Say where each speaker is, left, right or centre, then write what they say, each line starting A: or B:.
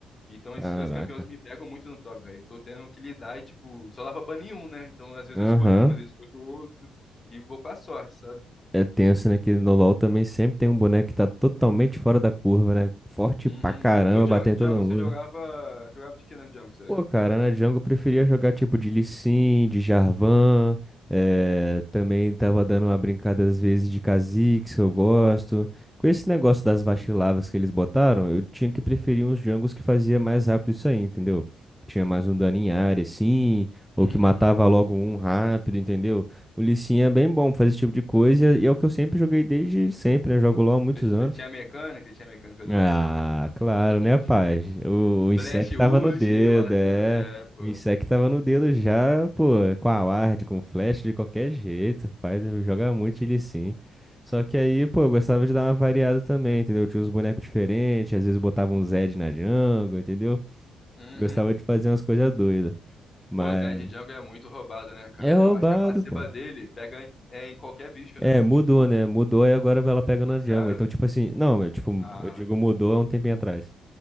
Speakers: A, on the left; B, in the centre.
A: Então
B: Caraca.
A: esses dois campeões me pegam muito no top, velho. e Tô tendo que lidar e, tipo, só dá pra banir um, né? Então às vezes
B: Aham.
A: eu escolho um, às vezes eu escolho outro, e vou com a sorte, sabe?
B: É tenso, né? Que no LoL também sempre tem um boneco que tá totalmente fora da curva, né? Forte
A: Uhum.
B: pra caramba,
A: No Django,
B: batendo em
A: Django
B: todo mundo,
A: você jogava.
B: né?
A: Jogava de que na Django? Você...
B: Pô, cara, na Jungle eu preferia jogar tipo de Lee Sin, de Jarvan, eh, também tava dando uma brincada às vezes de Kha'Zix, que eu gosto. Com esse negócio das vacilavas que eles botaram, eu tinha que preferir uns jungles que fazia mais rápido isso aí, entendeu? Que Tinha mais um dano em área, assim, ou
A: Uhum.
B: que matava logo um rápido, entendeu? O Lee Sin é bem bom pra fazer esse tipo de coisa e é o que eu sempre joguei desde sempre, né? Jogo LoL há muitos
A: Você
B: anos.
A: você tinha mecânica? Você tinha mecânica do
B: Ah,
A: Lee Sin?
B: claro,
A: <laughs>
B: né, rapaz? O, o
A: Flash
B: Insect tava
A: ult,
B: no dedo,
A: eu acho.
B: é.
A: É, pô.
B: O Insect tava no dedo já, pô, com a ward, com flash, de qualquer jeito, rapaz. Joga muito ele sim. Só que aí, pô, eu gostava de dar uma variada também, entendeu? Eu tinha uns bonecos diferentes, às vezes botava um Zed na jungle, entendeu?
A: Uhum.
B: Gostava de fazer umas coisas doidas. Mas
A: Pô, Zé de Jungle é muito roubado, né, cara?
B: é roubado,
A: Eu acho que a passiva
B: pô.
A: dele pega é, em qualquer bicho,
B: É,
A: né?
B: mudou,
A: Tipo,
B: né? Mudou e agora ela pega
A: mu-
B: na
A: sério?
B: jungle. Então, tipo assim, não, eu, tipo,
A: Ah,
B: eu digo mudou há um tempinho atrás.